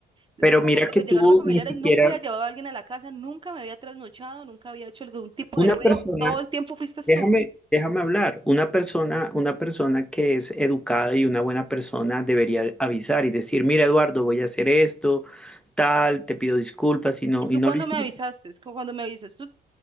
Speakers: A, on the right; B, in the centre.
A: desde
B: pero
A: ese
B: mira
A: momento
B: que
A: que
B: tú
A: llegaron mis familiares,
B: ni siquiera
A: nunca había llevado a alguien a la casa, nunca me había trasnochado, nunca había hecho algún tipo
B: una
A: de ruido.
B: persona,
A: Todo el tiempo fuiste
B: déjame,
A: tú.
B: déjame hablar, una persona, una persona que es educada y una buena persona debería avisar y decir, mira, Eduardo, voy a hacer esto, tal, te pido disculpas y no,
A: ¿Y tú
B: y no
A: cuando
B: lo hice,
A: me avisaste? Es como Cuando me avisas, tú